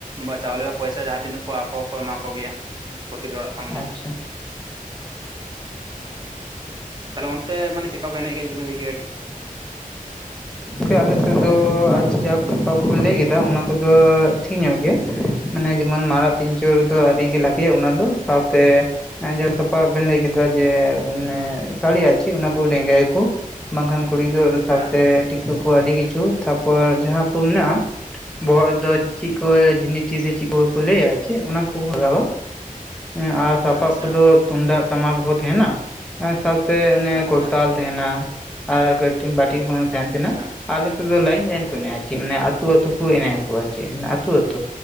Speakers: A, on the right; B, in the centre.
A: ᱵᱟ ᱪᱟᱣᱞᱮ ᱵᱟ ᱯᱚᱭᱥᱟ ᱡᱟᱦᱟᱸ ᱛᱤᱱᱟᱹᱜ ᱠᱚ ᱟᱠᱚ ᱠᱚ ᱮᱢᱟ ᱠᱚ ᱜᱮᱭᱟ ᱯᱨᱚᱛᱤᱴᱤ ᱚᱲᱟᱜ ᱠᱷᱚᱱ ᱜᱮ᱾
B: ᱟᱪᱪᱷᱟ
A: ᱛᱟᱦᱞᱮ ᱚᱱᱛᱮ ᱢᱟᱱᱮ ᱪᱮᱫ ᱠᱟ ᱠᱚ ᱮᱱᱮᱡ ᱜᱮᱭᱟ ᱡᱩᱫᱤ ᱵᱮᱱ ᱞᱟᱹᱭ ᱠᱮᱭᱟ ᱠᱟᱴᱤᱡ?
B: ᱜᱚᱝᱠᱮ ᱟᱞᱮ ᱥᱮᱜ ᱫᱚ ᱡᱟᱦᱟᱸ ᱠᱚ ᱠᱚᱵᱮᱱ ᱞᱟᱹᱭ ᱠᱮᱫᱟ ᱚᱱᱟ ᱠᱚᱫᱚ ᱴᱷᱤᱠ ᱧᱚᱜ ᱜᱮ ᱢᱟᱱᱮ ᱡᱮᱢᱚᱱ ᱢᱟᱨᱟᱜ ᱯᱤᱧᱪᱟᱹᱨ ᱫᱚ ᱟᱹᱰᱤᱜᱤ
A: ᱟᱪᱪᱷᱟ
B: ᱞᱟᱹᱠᱛᱜᱤᱭᱟ ᱚᱱᱟ ᱫᱚ ᱥᱟᱵ ᱛᱮ ᱡᱟᱸᱦᱟ ᱥᱟᱯᱟᱵ ᱵᱮᱱ ᱞᱟᱹᱭ ᱠᱮᱫᱟ ᱡᱮ ᱢᱟᱱᱮ ᱥᱟᱲᱤ ᱟᱨ ᱪᱤᱫ ᱚᱱᱟ ᱠᱚ ᱰᱮᱜᱟᱭ ᱠᱚ ᱵᱟᱝᱠᱷᱟᱱ ᱠᱩᱲᱤ ᱜᱤᱫᱽᱨᱟᱹ ᱛᱷᱟᱶᱛᱮ
A: ᱦᱮᱸ
B: ᱴᱤᱠᱟᱹᱜ ᱠᱚ ᱟᱹᱰᱤ ᱠᱤᱪᱷᱩ ᱛᱟᱯᱚᱨ ᱡᱟᱦᱟᱸ ᱠᱚ ᱢᱮᱱᱟᱜ-ᱟ, ᱵᱚᱦᱚᱜ ᱨᱮᱫᱚ ᱪᱮᱫ ᱠᱚ ᱡᱤᱱᱤᱴᱤ ᱥᱮ ᱪᱮᱫ ᱠᱚ ᱵᱟᱠᱚ ᱞᱟᱹᱭᱟ ᱪᱮᱫ ᱚᱱᱟᱠᱚ ᱞᱟᱜᱟᱣᱟ᱾ ᱦᱮ ᱟᱨ ᱥᱟᱯᱟᱵ
A: ᱟᱪᱪᱷᱟ
B: ᱠᱚᱫᱚ ᱛᱩᱝᱫᱟᱜ ᱴᱟᱢᱟᱠ ᱦᱚᱸ ᱛᱮᱦᱮᱸᱱᱟ ᱥᱟᱶᱛᱮ ᱚᱱᱮ
A: ᱟᱪᱪᱷᱟ
B: ᱠᱚᱨᱛᱟᱞ ᱛᱮᱦᱮᱱᱟ ᱟᱨ ᱠᱟᱹᱴᱤᱱ ᱵᱟᱴᱤ ᱦᱚᱯᱚᱱ ᱦᱚᱸ ᱛᱟᱦᱮᱱ ᱛᱷᱮᱸᱱᱟ,
A: ᱟᱪᱪᱷᱟ
B: ᱟᱞᱮᱥᱮᱫ ᱫᱚ ᱞᱟᱭᱤᱱ ᱞᱟᱭᱤᱱ ᱠᱚ ᱮᱱᱮᱡ-ᱟ ᱪᱮᱫ ᱢᱟᱱᱮ ᱟᱹᱛᱩ ᱟᱹᱛᱩ ᱠᱚ ᱮᱱᱮᱡ ᱟᱠᱚ ᱟᱨ ᱪᱮᱫ ᱢᱟᱱᱮ ᱟᱹᱛᱩ ᱟᱹᱛᱩ᱾